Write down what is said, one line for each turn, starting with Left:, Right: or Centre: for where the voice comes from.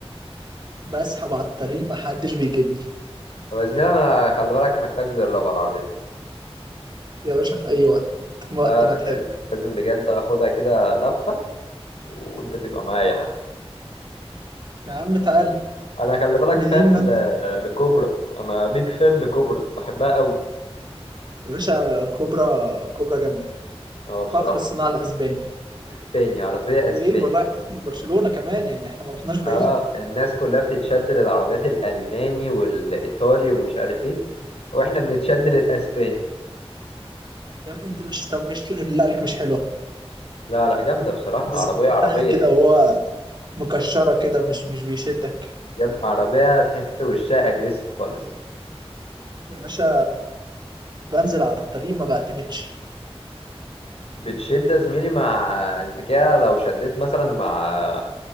Right: بسحب على الطريق ما حدش بيجيبني
Left: طب يا زميلي انا خلي بالك محتاج اجربها العربيه دي
Right: يا باشا في اي وقت
Left: لا
Right: وقت ما
Left: لا
Right: تحب
Left: لازم لازم بجد اخدها كده لفه وانت تبقى معايا حتى
Right: يا عم تعال
Left: انا خلي بالك
Right: منين
Left: فان
Right: ما
Left: ل...
Right: انت
Left: لكوبرا انا بيك فان لكوبرا بحبها قوي
Right: يا باشا كوبرا كوبرا جامده
Left: اه بصراحه
Right: فخر الصناعه الاسباني
Left: اسباني عربيه
Right: وايه
Left: اسباني
Right: والراعي الرسمي لبرشلونه كمان يعني احنا ما رحناش بعيد
Left: اه الناس كلها بتتشد للعربيات الالماني والايطالي ومش عارف ايه واحنا بنتشد للاسباني
Right: يعني انت مش طب مش لا بالله عليك مش حلوه
Left: لا لا جامده بصراحه
Right: الديزاين
Left: عربيه عربيه
Right: بتاعها كده
Left: إيه؟
Right: وهو مكشره كده مش مش بيشدك
Left: يا ابني عربية تحس وشها اجريسيف خالص
Right: يا باشا بنزل على الطريق ما بعتمدش
Left: بتشد يا زميلي مع انت كده لو شديت مثلا مع